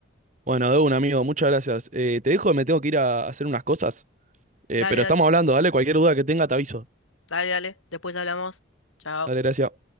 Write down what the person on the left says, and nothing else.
Dale,
dale,
dale, dale. Después hablamos. Chao.